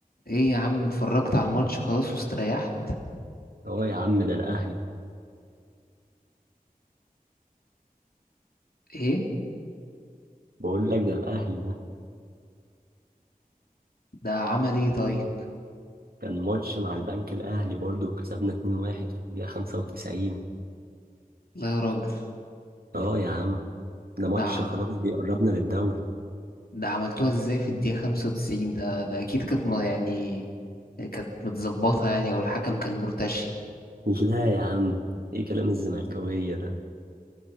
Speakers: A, on the left; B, on the right.
A: ايه يا عم اتفرجت على الماتش خلاص واستريحت
B: اه يا عم ده الاهلي
A: ايه
B: بقول لك ده الاهلي ده
A: ده عمل ايه طيب
B: كان ماتش مع البنك الاهلي برضه وكسبنا 2-1 في الدقيقه 95
A: لا يا راجل
B: اه يا عم ده ماتش
A: ده
B: خلاص بيقربنا للدوري
A: ده عملتوها ازاي في الدقيقة 95 ده ده اكيد كانت ما يعني كانت متظبطة يعني او الحكم كان مرتشي
B: <laughs> لا يا عم ايه كلام الزملكاويه ده